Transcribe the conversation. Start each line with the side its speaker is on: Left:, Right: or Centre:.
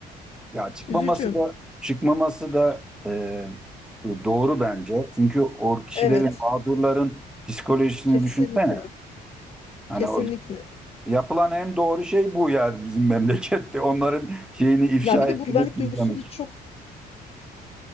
Centre: ya çıkmaması
Left: Üzücü.
Centre: da çıkmaması da e, doğru bence. Çünkü o kişilerin,
Left: Evet,
Centre: mağdurların psikolojisini
Left: kesinlikle.
Centre: düşünsene. Hani
Left: Kesinlikle.
Centre: o yapılan en doğru şey bu yani bizim <laughs> memlekette. Onların şeyini ifşa
Left: Ya bir
Centre: etmek,
Left: de bu güvenlik duygusunu
Centre: izlemek.
Left: da çok